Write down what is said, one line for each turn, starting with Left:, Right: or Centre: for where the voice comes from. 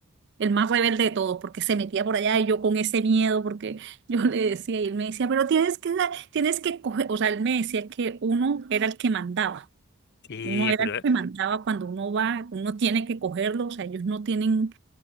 Right: el más rebelde de todos, porque se metía por allá y yo con ese miedo, porque <laughs> yo le decía, y él me decía, pero tienes que, dar- tienes que coger, o sea, él me decía que uno era el que mandaba.
Left: Sí,
Right: Uno era
Left: pero
Right: el
Left: eh,
Right: que mandaba cuando uno va, uno tiene que cogerlo, o sea, ellos no tienen,